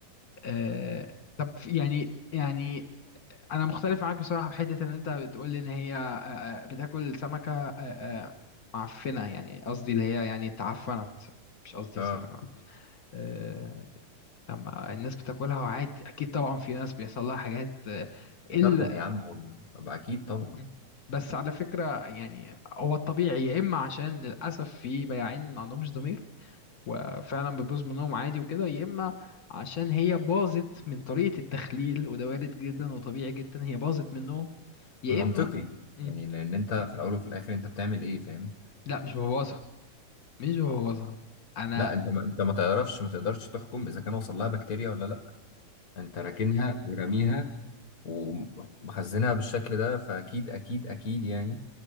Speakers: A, on the left; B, on the left.
A: آه، طب يعني يعني انا مختلف معاك بصراحه في حته ان انت بتقول لي ان هي آه، آه، بتاكل سمكه آه، آه، معفنه يعني قصدي اللي هي يعني اتعفنت مش قصدي
B: اه
A: السمكه آه، لما الناس بتاكلها وعادي اكيد طبعا في ناس بيحصل لها حاجات آه،
B: تسمم
A: الا
B: يا عم و- طب اكيد طبعا
A: م. بس على فكره يعني هو الطبيعي يا اما عشان للاسف في بياعين ما عندهمش ضمير وفعلا بتبوظ منهم عادي وكده يا اما عشان هي باظت من طريقة التخليل وده وارد جدا وطبيعي جدا هي باظت منهم يا
B: منطقي
A: اما مم.
B: يعني لان انت في الاول وفي الاخر انت بتعمل ايه فاهم
A: لا مش ببوظها مش ببوظها انا
B: لا انت ما انت ما تعرفش ما تقدرش تحكم اذا كان وصل لها بكتيريا ولا لا انت راكنها ورميها ومخزنها بالشكل ده فاكيد اكيد اكيد يعني